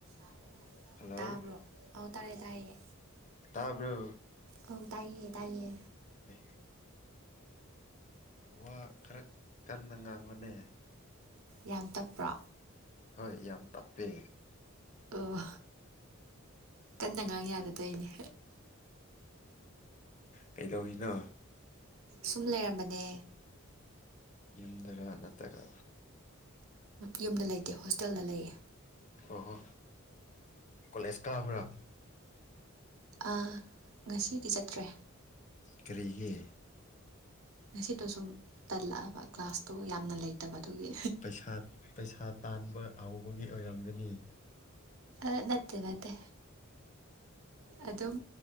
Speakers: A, on the right (about 75°); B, on the left (about 35°).
A: ꯑꯣ
B: ꯍꯜꯂꯣ
A: ꯇꯥꯕ꯭ꯔꯣ ꯑꯧ ꯇꯥꯔꯦ ꯇꯥꯥꯏꯌꯦ
B: ꯇꯥꯕ꯭ꯔꯣ
A: ꯑꯧ ꯇꯥꯏꯌꯦ ꯇꯥꯏꯌꯦ
B: ꯎꯝ ꯋꯥ ꯈꯔ ꯀꯟꯅ ꯉꯥꯡꯉꯨꯅꯦ
A: ꯌꯥꯝ ꯇꯞꯄ꯭ꯔꯥ
B: ꯍꯣꯏ ꯌꯥꯝ ꯇꯞꯄꯦ
A: ꯑꯣ ꯀꯟꯅ ꯉꯥꯡ ꯌꯥꯗ ꯇꯧꯔꯤꯅꯦ
B: ꯀꯩꯗꯧꯔꯤꯅꯣ
A: ꯁꯨꯝ ꯂꯩꯔꯝꯕꯅꯦ
B: ꯌꯨꯝꯗꯔ ꯅꯠꯇ꯭ꯔꯒ
A: ꯌꯨꯝꯗ ꯂꯩꯇꯦ ꯍꯣꯁꯇꯦꯜꯗ ꯂꯩꯌꯦ
B: ꯑꯣꯍꯣ ꯀꯣꯂꯦꯖ ꯀꯥꯕ꯭ꯔꯥ
A: ꯑꯥ ꯉꯁꯤꯗꯤ ꯆꯠꯇ꯭ꯔꯦ
B: ꯀꯔꯤꯒꯤ
A: ꯉꯁꯤꯗꯣ ꯁꯨꯝ ꯇꯜꯂꯛꯑꯕ ꯀ꯭ꯂꯥꯁꯇꯣ ꯌꯥꯝꯅ ꯂꯩꯇꯕ ꯑꯗꯨꯒꯤ
B: ꯄꯩꯁꯥ ꯄꯩꯁꯥ ꯇꯥꯟꯕ ꯍꯧꯕꯒꯤ ꯑꯣꯏꯔꯝꯒꯅꯤ
A: ꯑꯥ ꯅꯠꯇꯦ ꯅꯠꯇꯦ ꯑꯗꯨꯝ